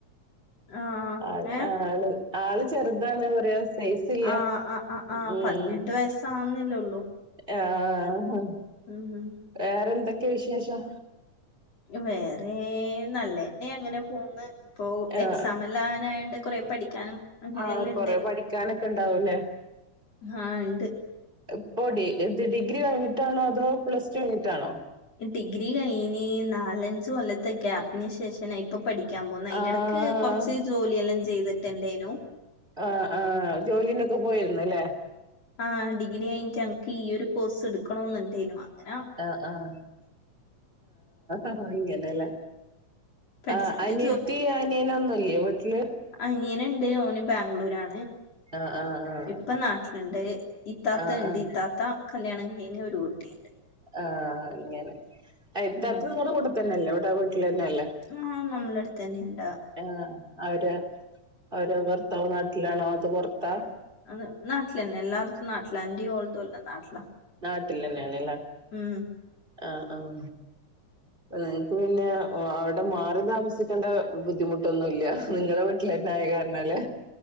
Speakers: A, on the left (about 55°); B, on the right (about 15°).
A: ആഹ്
B: ആൾ
A: ഏഹ്
B: ആഹ് ആഹ് ആള് ചെറ്താണ് പറയാ സൈസ് ഇല്ല
A: ആഹ് ആഹ് അഹ് അഹ്
B: ഉം
A: പതിനെട്ട് വയസ്സാവുന്നല്ലേള്ളൂ.
B: ആഹ്.
A: ഉം.
B: വേറെ എന്തൊക്കെ വിശേഷം?
A: വേറെ നല്ലെന്നെ അങ്ങനെ പോന്ന്. ഇപ്പോ
B: ആഹ്
A: എക്സാമല്ലാ ആനായണ്ട് കൊറെ പഠിക്കാനും. അങ്ങനെയെല്ലാം
B: ആഹ് കൊറെ
A: ഇണ്ട്
B: പഠിക്കാനൊക്കെ ഇണ്ടാവൂലേ?
A: ആഹ് ഇണ്ട്
B: ഇപ്പോ ഡി ഇത് ഡിഗ്രി കഴിഞ്ഞിട്ടാണോ അതോ പ്ലസ് ടു കഴിഞ്ഞിട്ടാണോ?
A: ഡിഗ്രി കഴിഞ് നാലഞ്ച് കൊല്ലത്തെ ഗ്യാപ്പിന് ശേഷം ന ഇപ്പൊ പഠിക്കാൻ പോന്ന് അയിന്റെടക്ക്
B: ആഹ്
A: കൊറ്ച്ച് ജോലിയെല്ലാം ചെയ്തിട്ട്ണ്ടേനു.
B: ആഹ് ആഹ് ജോലിന്നൊക്കെ പോയിര്ന്നു അല്ലേ?
A: ആഹ് ഡിഗ്രി കയിഞിട്ട് അന്ക്ക് ഈയൊരു കോഴ്സ് ഇടുക്കണോന്നുണ്ടേനു അങ്ങന.
B: ആഹ് ആഹ് ആഹ് ഇങ്ങനെല്ല.
A: പഠിച്ചെന്റെ
B: ആഹ് അനിയത്തി അനിയനൊന്നുല്ലേ വീട്ടില്.
A: അനിയന്ണ്ട് ഓന് ബാംഗ്ലൂരാണ്.
B: ആഹ് ആഹ് ആഹ്
A: ഇപ്പം നാട്ടില്ണ്ട് ഇത്താത്തണ്ട്
B: ആഹ് ആഹ്
A: ഇത്താത്ത. കല്യാണം കഴിഞ്ഞ് ഒരു കുട്ടിയ്ണ്ട്.
B: ആഹ് അങ്ങനെ അയ്ത്താത്ത
A: ഉം
B: ങ്ങടെ കൂടെ തന്നെല്ലേ ഇവ്ടെ വീട്ടിൽന്നെ അല്ലേ.
A: ആഹ് നമ്മെള അടുത്ത്ന്നെ ഉണ്ട്
B: ആഹ് അവര് അവര് ഭർത്താവ് നാട്ടിലാണോ അതൊ പുറത്താ
A: ആഹ് നാട്ടിലന്നെ എല്ലാർത്തും നാട്ടിലാ എന്റെയും ഓളതല്ല നാട്ടിലാ
B: നാട്ടിൽ തന്നെയാണ്ലെ
A: ഉം
B: ആഹ് ആഹ് നിങ്ങക്ക് പിന്നെ അവിടെ മാറി താമസിക്കേണ്ട ബുദ്ധിമുട്ടൊന്നുല്ല നിങ്ങളെട്ട അയ കാരണല്ലേ